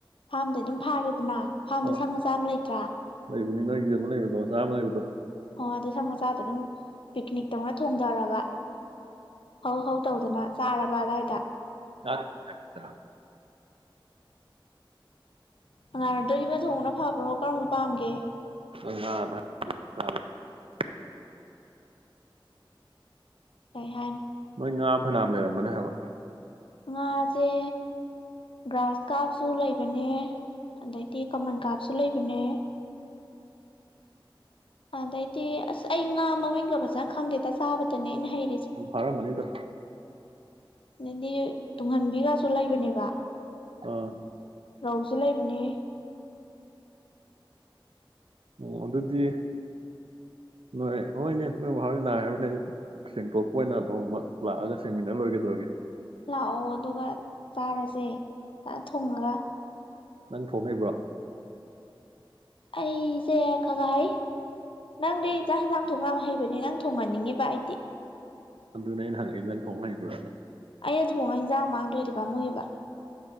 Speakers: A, on the left; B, on the right.
A: ꯐꯥꯝꯗꯩ ꯑꯗꯨꯝ ꯐꯥꯔꯦꯗꯅ ꯐꯥꯔꯝꯗ
B: ꯑꯥ
A: ꯁꯪ ꯃꯆꯥ ꯑꯃ ꯂꯩꯇ꯭ꯔꯥ
B: ꯂꯩꯕꯅꯤ ꯅꯣꯏꯒꯤ ꯑꯃ ꯂꯩꯕꯗꯣ ꯃꯆꯥ ꯑꯃ ꯂꯩꯕꯗꯣ
A: ꯍꯣꯏ ꯑꯗꯨ ꯁꯪ ꯃꯆꯥꯗ ꯑꯗꯨꯝ ꯄꯤꯛꯅꯤꯛꯇꯧꯅ ꯊꯣꯡꯊꯔꯕ ꯍꯧ ꯍꯧ ꯇꯧꯗꯅ ꯆꯥꯔꯕ ꯑꯗꯨꯋꯥꯏꯗ
B: <unintelligible>
A: ꯅꯨꯡꯉꯥꯏꯔꯣꯏꯗꯣꯗꯤ ꯌꯨꯝꯗ ꯊꯣꯡꯕꯅ ꯐꯕ꯭ꯔꯣ ꯀꯔꯝꯕ ꯄꯥꯝꯒꯦ
B: <unintelligible>
A: ꯀꯩ ꯍꯥꯏꯅꯣ
B: ꯃꯣꯏ ꯉꯥ ꯐꯅꯥꯝ ꯂꯩꯔꯝꯒꯅꯤ ꯍꯥꯏꯕ
A: ꯉꯥꯁꯦ ꯒ꯭ꯔꯥꯁ ꯀꯥꯞꯁꯨ ꯂꯩ ꯕꯅꯦ ꯑꯗꯩꯒꯤ ꯀꯃꯟ ꯀꯥꯞꯁꯨ ꯂꯩꯕꯅꯦ ꯑꯗꯩꯗꯤ ꯑꯁ ꯑꯩ ꯉꯥ ꯃꯃꯤꯡꯒ ꯐꯖꯅ ꯈꯪꯗꯦꯗ ꯆꯥꯕꯇꯅꯦ ꯑꯩꯅ ꯍꯩꯔꯤꯁꯦ
B: ꯐꯥꯔꯝꯃꯅꯤꯗ
A: ꯑꯗꯩꯗꯤ ꯇꯨꯡꯍꯟꯕꯤꯀꯥꯁꯨ ꯂꯩꯕꯅꯦꯕ
B: ꯑꯥ
A: ꯔꯧꯖꯨ ꯂꯩꯕꯅꯦ
B: ꯑꯣ ꯑꯗꯨꯗꯤ ꯅꯣꯏ ꯍꯣꯏꯅꯦ ꯅꯣꯏ ꯃꯥ ꯅꯥꯏꯍꯥꯏꯔꯕꯅꯤꯅ ꯑꯩ ꯁꯦꯡꯇꯣꯛꯄ ꯑꯣꯏꯅ ꯅꯣꯡꯃ ꯂꯥꯛꯑꯒ ꯁꯦꯡꯃꯤꯟꯅ ꯂꯣꯏꯔꯦꯀꯩꯗꯧꯔꯒꯦ
A: ꯂꯥꯛꯑꯣ ꯑꯗꯨꯒꯥ ꯆꯥꯔꯖꯦ ꯐꯥ ꯊꯣꯡꯉꯒ
B: ꯅꯪ ꯊꯣꯡ ꯍꯩꯕ꯭ꯔꯣ
A: ꯑꯩꯖꯦ ꯈꯒꯥ ꯍꯩ ꯅꯪꯗꯤ ꯆꯥꯛ ꯍꯤꯟꯖꯥꯡ ꯊꯣꯡꯕ ꯌꯥꯝ ꯍꯩꯕꯅꯦ ꯅꯪ ꯊꯣꯡꯍꯟꯅꯤꯡꯉꯤꯕ ꯑꯩꯗꯤ
B: ꯑꯗꯨꯅꯦ ꯑꯩꯅ ꯍꯪꯉꯛꯏꯗꯤ ꯅꯪ ꯊꯣꯡꯍꯩꯕ꯭ꯔꯥꯅ
A: ꯑꯩꯅ ꯊꯣꯡꯉ ꯍꯟꯖꯥꯡ ꯃꯥꯡꯗꯣꯏꯗꯤ ꯄꯥꯝꯃꯨꯏꯕ